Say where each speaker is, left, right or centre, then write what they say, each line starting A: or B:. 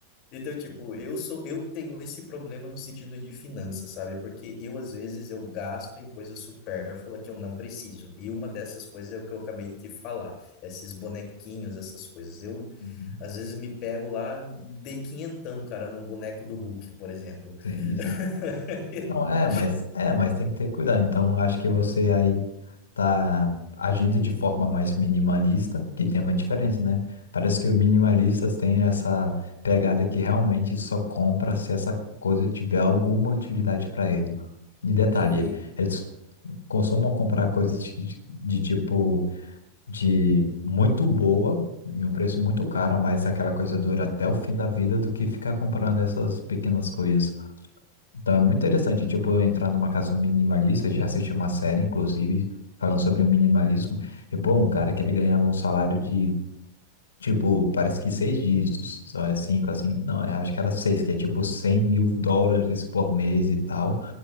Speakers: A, on the left; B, on the left.
A: Então, tipo, eu sou, eu tenho esse problema no sentido de finanças, sabe? Porque eu, às vezes, eu gasto em coisa supérflua que eu não preciso. E uma dessas coisas é o que eu acabei de te falar, esses bonequinhos, essas coisas. Eu,
B: Uhum.
A: às vezes, me pego lá, dei quinhentão, cara, num boneco do Hulk, por exemplo.
B: Sim, sim.
A: <laughs>
B: Não, é, mas é, mas tem que ter cuidado. Então, acho que você aí tá agindo de forma mais minimalista, que tem uma diferença, né? Parece que os minimalistas têm essa pegada que realmente só compra se essa coisa tiver alguma utilidade para ele. E detalhe,
A: Uhum,
B: ele- eles costumam comprar coisas de, de tipo de muito boa em um preço muito caro, mas aquela coisa dura até o fim da vida do que ficar comprando essas pequenas coisas. Tá muito interessante, tipo, eu entrar numa casa minimalista, já assisti uma série, inclusive, falando sobre o minimalismo, e pô, um cara que ele ganhava um salário de, tipo, parece que seis dígitos, só é cinco, assim, não, eu acho que era seis, que é tipo 100 mil dólares por mês e tal,